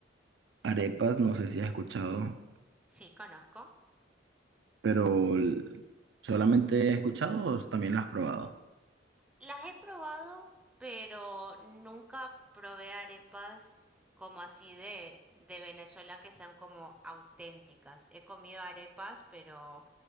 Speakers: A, on the right; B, in the centre.
A: arepas, no sé si has escuchado,
B: Sí, conozco.
A: pero l- solamente he escuchado o también las has probado.
B: Las he probado, pero nunca probé arepas como así de, de Venezuela que sean como auténticas. He comido arepas, pero